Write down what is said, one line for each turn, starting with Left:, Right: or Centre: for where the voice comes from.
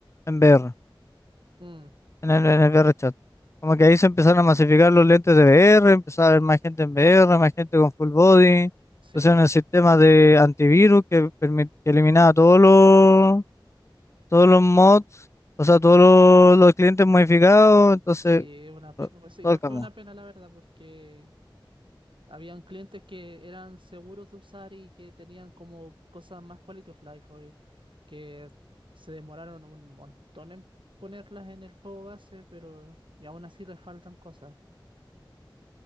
Left: en VR,
Right: Mm,
Left: en el, en el VR chat. Como que ahí se empezaron a masificar los lentes de VR, empezaba a haber más gente en VR, más gente con full body,
Right: sí.
Left: pusieron el sistema de antivirus que, permi- que eliminaba todos los, todos los mods, o sea, todos los, los clientes modificados, entonces,
Right: Sí, una pe-
Left: to-
Right: pues igual
Left: todo el
Right: fue
Left: cambio.
Right: una pena la verdad, porque habían clientes que eran seguros de usar y que tenían como cosas más quality of life, oye, que se demoraron un montón en ponerlas en el juego base, pero y aún así les faltan cosas.